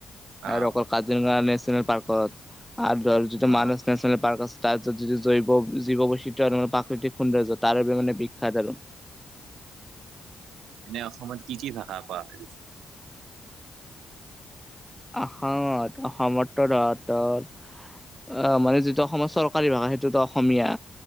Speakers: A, on the right; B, in the centre.
A: অ'।
B: আৰু অকল কাজিৰঙা নেশ্যনেল পাৰ্কত আৰু ধৰ যিটো
A: অ',
B: মানস নেশ্যনেল পাৰ্ক আছে তাত য যিটো জৈৱ জীৱ বৈচিত্ৰ্য আৰু প্ৰাকৃতিক সৌন্দৰ্য তাৰ বাবে মানে বিখ্যাত আৰু।
A: এনে অসমত কি কি ভাষা কোৱা হয়?
B: অসমত অসমত তো ধৰ তোৰ অ', মানে যিটো অসমৰ চৰকাৰী ভাষা সেইটু তো অসমীয়া